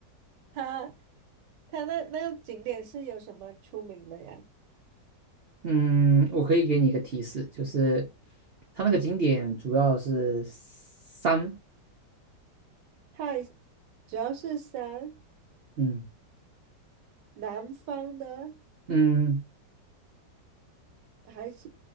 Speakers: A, on the right (about 80°); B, on the right (about 70°).
A: 它它那那个景点是有什么出名的呀？
B: 嗯，我可以给你一个提示，就是它那个景点主要是山，
A: 太主要是山，
B: 嗯。
A: 南方的
B: 嗯，
A: 还是